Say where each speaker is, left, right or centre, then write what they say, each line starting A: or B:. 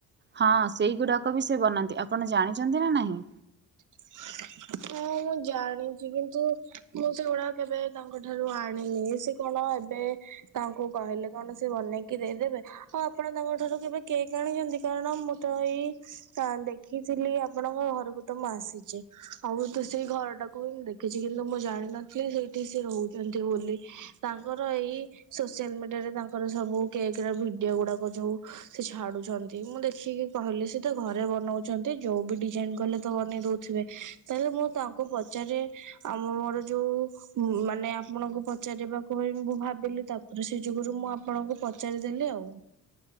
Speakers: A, on the right; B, on the right.
A: ହଁ, ସେଇଗୁଡାକ ବି ସେ ବନାନ୍ତି ଆପଣ ଜାଣିଚନ୍ତି ନା ନାହିଁ?
B: ଓ। ହଁ, ମୁଁ ଜାଣିଚି କିନ୍ତୁ ମୁଁ ସେଗୁଡା କେବେ ତାଙ୍କ ଠାରୁ ଆଣିନି ସେ କଣ ଏବେ ତାଙ୍କୁ କହିଲେ କଣ ସେ ବନେଇକି ଦେଇଦେବେ, ଆଉ ଆପଣ ତାଙ୍କ ଠାରୁ କେବେ କେକ୍ ଆଣିଛନ୍ତି? କାରଣ ମୁଁ ତ ଏଇ କା ଦେଖିଥିଲି ଆପଣଙ୍କ ଘରକୁ ତ ମୁଁ ଆସିଚି। ଆଉ ସେଇ ଘରଟାକୁ ବି ମୁଁ ଦେଖିଚି କିନ୍ତୁ ମୁଁ ଜାଣିିନଥିଲି ସେଇଠି ସେ ରହୁଚନ୍ତି ବୋଲି ତାଙ୍କର ଏଇ ଇ ସୋସିଆଲ ମିଡିଆରେ ତାଙ୍କର ସବୁ କେକ୍ ରା ଭିଡିଓ ଗୁଡାକ ଯୋଉ ସେ ଛାଡୁଚନ୍ତି ମୁଁ ଦେ ଦେଖିକି କହିଲି ସେ ତ ଘରେ ବନଉଚନ୍ତି ଯୋଉ ବି ଡିଜାଇନ କଲେ ତ ବନେଇ ଦଉଥିବେ। ତେବେ ମୁଁ ତାଙ୍କୁ ପଚାରେ ଆମର ଯୋଉ ମାନେ ଆପଣଙ୍କୁ ପଚାରିବାକୁ ବି ମୁଁ ଭାବ ଭାବିଲି ତାପରେ ସେ ଯୁଗରୁ ମୁଁ ଆପଣଙ୍କୁ ପଚାରିଦେଲି ଆଉ।